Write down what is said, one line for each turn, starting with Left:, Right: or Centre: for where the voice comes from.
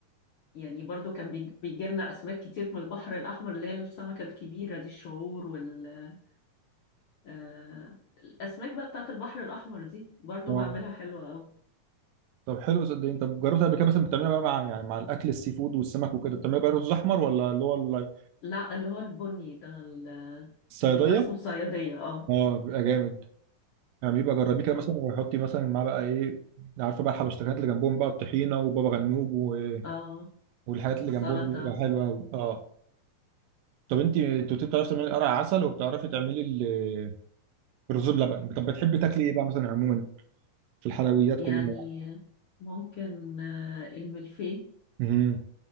Left: يعني برضو كان بيجي لنا اسماك كتير من البحر الاحمر اللي هي السمكه الكبيره دي الشعور وال آه الاسماك بقى بتاعت البحر الاحمر دي برضو
Right: امم
Left: بعملها حلوه قوي
Right: طب حلو صدقني طب جربت قبل كده مثلا بتعملها بقى مع يعني مع الاكل السي فود والسمك وكده بتعملها بقى رز احمر ولا اللي هو ال-
Left: لا اللي هو البني ده ال-
Right: الصياديه
Left: اللي هو اسمه صياديه اه
Right: اه بيبقى جامد يعني بيبقى جربيه كده
Left: اه
Right: مثلا وحطي مثلا معاه بقى ايه عارفه بقى الحبشتكنات اللي جنبهم بقى الطحينه وبابا غنوج و-
Left: اه
Right: والحاجات
Left: والسلطه
Right: اللي جنبهم دي بتبقى حلوه قوي اه طب انت انت قلت بتعرفي تعملي قرع عسل وبتعرفي تعملي ال- الرز بلبن طب بتحبي تاكلي ايه بقى مثلا عموما في الحلويات
Left: يعني
Right: كلها
Left: ممكن آه، الملفيه
Right: امم